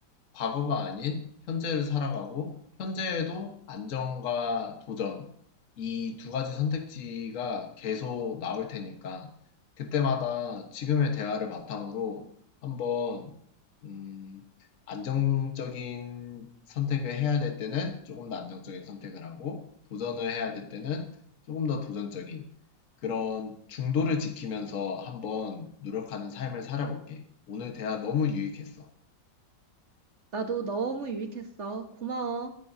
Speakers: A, on the left; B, on the right.
A: 과거가 아닌 현재를 살아가고 현재에도 안정과 도전 이 두 가지 선택지가 계속 나올 테니까 그때마다 지금의 대화를 바탕으로 한번 음, 안정적인 선택을 해야 될 때는 조금 더 안정적인 선택을 하고 도전을 해야 될 때는 조금 더 도전적인 그런 중도를 지키면서 한번 노력하는 삶을 살아볼게. 오늘 대화 너무 유익했어.
B: 나도 너무 유익했어. 고마워.